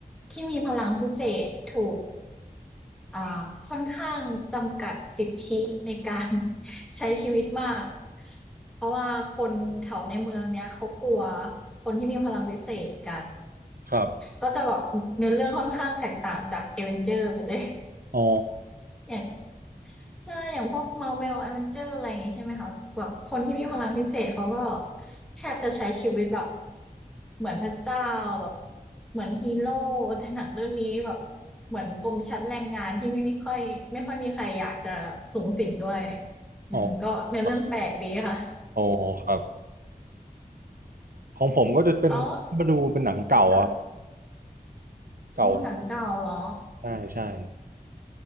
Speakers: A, in the centre; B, on the right.
A: ที่มีพลังพิเศษถูก อ่าค่อนข้างจำกัดสิทธิในการ <laughs> ใช้ชีวิตมากเพราะว่าคนแถวในเมืองเนี้ยเขากลัวคนที่มีพลังวิเศษกัน
B: ครับ
A: ก็จะแบบเนื้อเรื่องค่อนข้างแตกต่างจากเอเวนเจอร์ไปเลย
B: อ๋อ
A: <laughs> อย่าง ใช่ อย่างพวก Marvel Avenger อะไรอย่างงี้ใช่ไหมคะแบบคนที่มีพลังพิเศษเขาก็แทบจะใช้ชีวิตแบบเหมือนพระเจ้าแบบเหมือนฮีโร่แต่หนังเรื่องนี้แบบเหมือนกลุ่มชั้นแรงงานที่ไม่ไม่ค่อยไม่ค่อยมีใครอยากจะสูงสิงด้วยอืมก็เนื้อเรื่องแปลกดีค่ะ
B: อ๋อครับอ๋อครับของผมก็จะเป็นมาดูเป็นหนังเก่าอ่ะ
A: แล้วค่ะ
B: เก่าหน่อย
A: อืมหนังเก่าเหรอ
B: ใช่ใช่